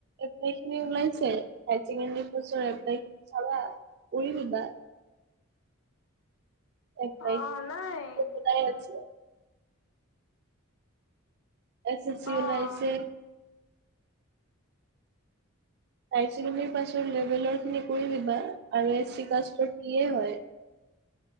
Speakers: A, on the right (about 50°); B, on the left (about 70°).
A: এপ্লাইখিনি ওলাইছে? হাই ছেকেণ্ডাৰী পোষ্টৰ এপ্লাইখিনি চাবা কৰি দিবা। এপ্লাই
B: অ নাই
A: ওলাই
B: অ।
A: আছে এছ চি চি
B: অ'
A: ওলাইছে। হায়াৰ ছেকেণ্ডেৰী পাছৰ লেভেলৰখিনি কৰি দিবা আৰু এছ চি কাষ্টৰ পিয়ে হয়।